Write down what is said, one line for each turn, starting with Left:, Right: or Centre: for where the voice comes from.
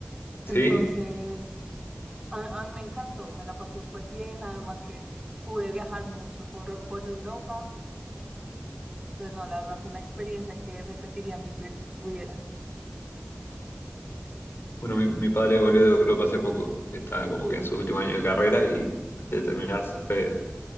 Left: Sí,
Right: Entonces, a, a mí me encantó, me la pasé súper bien, además que pude viajar mucho por, por Europa, entonces no, la verdad fue una experiencia que repetiría mil veces si pudiera.
Left: bueno, mi, mi padre volvió de Europa hace poco. Está como
Right: Sí,
Left: que en su último año de carrera y antes de terminar se fue